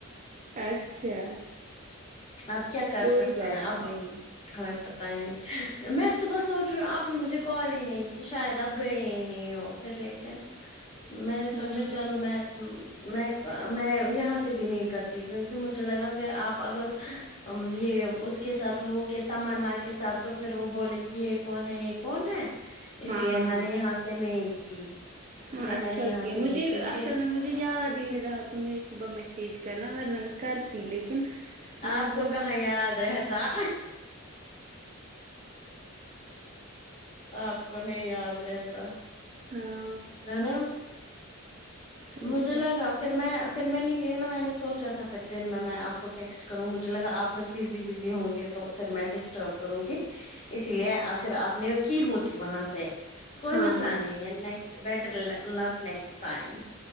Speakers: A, on the right (about 35°); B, on the left (about 30°).
A: اچھا
B: اپ کیا کر
A: کوئی
B: سکتے
A: بات
B: ہیں اب
A: نہیں
B: ہمیں پتا ہی نہیں میں صبح سوچ رہی ہوں آپ نے مجھے کال ہی نہیں کہ شاید آپ گئے ہی نہیں ہو پھر لیکن میں نے سوچا
A: ہاں
B: چلو میں م میں میں یہاں سے بھی نہیں کرتی کیونکہ مجھے لگا پھر آپ اگر ام یہ اس کے ساتھ ہوگے تمنا کے ساتھ تو پھر وہ بولے گی یہ کون ہے یہ کون ہے اسی
A: ہاں
B: لیے میں نے یہاں سے نہیں کی اس
A: ہاں
B: لیے میں
A: اچھا
B: نے یہاں
A: کیا
B: سے نہیں
A: مجھے
B: کیونکہ
A: اصل میں مجھے یاد ہی نہیں رہا تم صبح میسیج کر نا تو میں کرتی لیکن میں
B: آپ
A: نے تمہیں
B: کو کہاں یاد رہتا آپ کو نہیں یاد رہتا
A: ہاں
B: ہے نا
A: اور
B: مجھے
A: کیا
B: لگا پھر میں پھر میں نکلی نا میں نے سوچا تھا پھر دن میں آپ کو ٹیکسٹ کروں پھر مجھے لگا آپ میں بزی بزی ہوں گے تو پھر میں ڈسٹرب کروں گی اسی لیے پھر آپ نے کی ہوتی وہاں سے کوئی
A: ہاں
B: مسئلہ
A: ہوں
B: نہیں ہے بیٹر لک نیکسٹ ٹائم